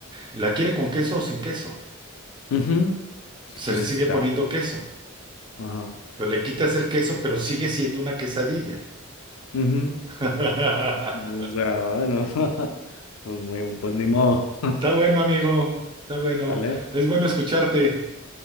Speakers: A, on the right; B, on the left.
A: ¿la quiere con queso o sin queso?
B: Ujú.
A: Se
B: Pues
A: le sigue
B: está.
A: poniendo queso.
B: raro.
A: Pero le quitas el queso, pero sigue siendo una quesadilla.
B: Ajá.
A: <laughs>
B: O sea, bueno, <laughs> pues, muy, pues ni modo. <laughs>
A: Está bueno, amigo. Está bueno.
B: ¿Sale?
A: Es bueno escucharte.